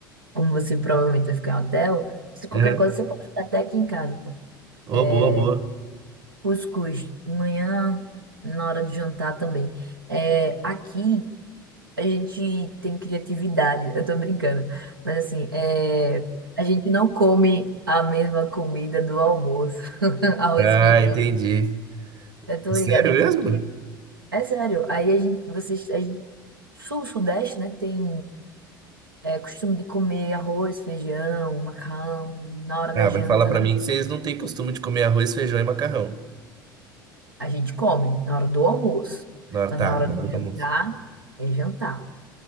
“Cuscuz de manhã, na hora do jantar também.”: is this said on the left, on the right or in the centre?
Right